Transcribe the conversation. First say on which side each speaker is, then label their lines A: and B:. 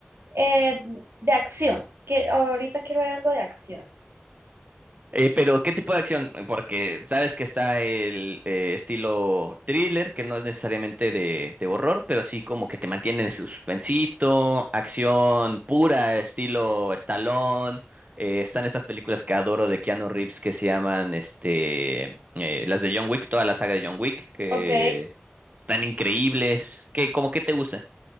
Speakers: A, on the right; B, on the right.
A: Eh, de acción. Que ahorita quiero ver algo de acción.
B: Eh, pero, ¿qué tipo de acción? Porque sabes que está el eh, estilo thriller, que no es necesariamente de, de horror, pero sí como que te mantiene en suspensito, acción pura, estilo Stallone. eh, están estas películas que adoro de Keanu Reeves que se llaman este, eh, las de John Wick, toda la saga de John Wick, que
A: ok,
B: están increíbles. ¿Qué, como qué te gusta?